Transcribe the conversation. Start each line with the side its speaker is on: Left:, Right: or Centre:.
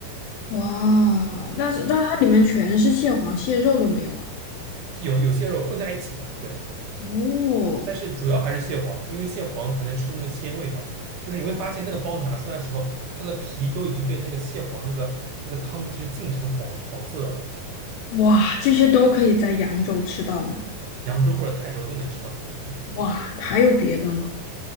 Left: 哇，但是但它里面全是蟹黄，
Right: 嗯，
Left: 蟹肉都没有啊。
Right: 有有蟹肉混在一起的，对，
Left: 哦，
Right: 但是主要还是蟹黄，因为蟹黄才能吃出那个鲜味嘛。就是你会发现那个包子拿出来的时候，它的皮都已经被那个蟹黄那个那个汤汁浸成黄黄色的了。
Left: 哇，这些都可以在扬州吃到吗？
Right: 扬州或者泰州都能吃到。嗯，
Left: 哇，还有别的吗？